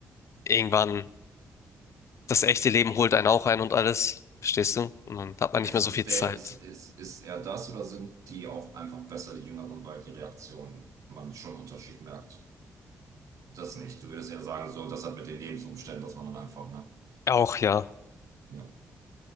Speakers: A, on the left; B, on the right.
A: irgendwann, das echte Leben holt einen auch ein und alles, verstehst du? Und dann hat man
B: Es
A: nicht mehr
B: ist
A: so viel Zeit.
B: der, ist, ist, ist er das oder sind die auch einfach besser, die Jüngeren, weil die Reaktionen man schon einen Unterschied merkt? Das nicht. Du würdest ja sagen, so, das hat mit den Lebensumständen, dass man dann einfach, ne?
A: Auch ja.
B: Ja.